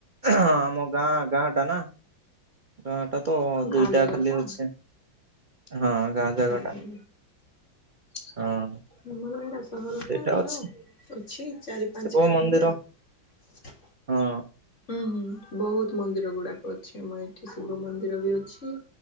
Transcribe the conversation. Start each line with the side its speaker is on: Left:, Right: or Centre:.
Right: ଆମ ଗାଁ ଗାଁ ଟା ନା ଗାଁ ଟା ତ
Left: ଗାଁ
Right: ଦୁଇଟା
Left: ଜାଗାଟା?
Right: ଖାଲି ଅଛି ହଁ ଗାଁ ଜାଗା
Left: ଆଜ୍ଞା।
Right: ଟା ହଁ
Left: ଆମର ଏଇଟା ସହରଟା
Right: ସେଇଟା
Left: ତ
Right: ଅଛି
Left: ଅ ଅଛି ଚାରି ପାଞ୍ଚଟା
Right: ଶିବ ମନ୍ଦିର
Left: ଖଣ୍ଡେ ଆଉ
Right: ହଁ
Left: ହୁଁ ହୁଁ ବହୁତ୍ ମନ୍ଦିର ଗୁଡ଼ାକ ଅଛି ଆମ ଏଠି ଶିବ ମନ୍ଦିର ବି ଅଛି।